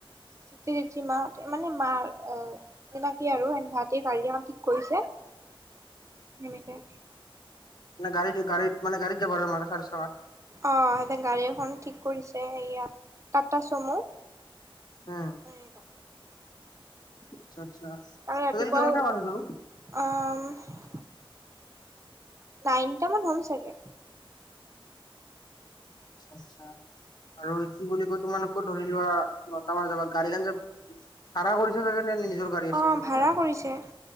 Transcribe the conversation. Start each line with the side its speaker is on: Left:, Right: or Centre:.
Right: চিতি ৰীতিৰ মা মানে মাৰ অ চিনাকি আৰু ভাইটি গাড়ী এখন ঠিক কৰিছে এনেকে
Left: মানে গাড়ী গাড়ীত মানে গাড়ীত যাবা আৰু মানে চাৰে চবাৰ
Right: অ সিহতে গাড়ী এখন ঠিক কৰিছে এইয়া টাটা চমু
Left: উম
Right: হেই তাতে
Left: আচ্ছা আচ্ছা
Right: কালি ৰাতিপুৱাই
Left: টোটেল কিমান টা মানুহ যাব
Right: অ নাইনটা মান হ'ম চাগে
Left: আচ্ছা আচ্ছা আৰু কি বুলি কয় তোমালোকৰ ধৰি লোৱা নট <unintelligible> গাড়ীখন যে ভাড়া কৰি আনিছা নে নিজৰ গাড়ী আছে
Right: অ
Left: মো
Right: ভাড়া
Left: কাৰণে
Right: কৰিছে